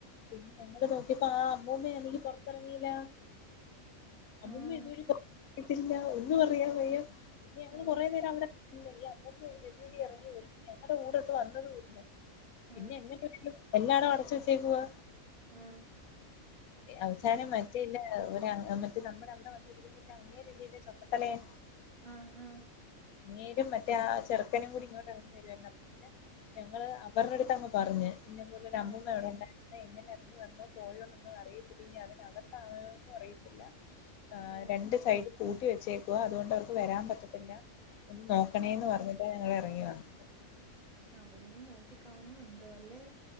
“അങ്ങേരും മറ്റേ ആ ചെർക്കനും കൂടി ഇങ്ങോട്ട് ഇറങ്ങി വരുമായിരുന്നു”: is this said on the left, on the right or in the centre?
Left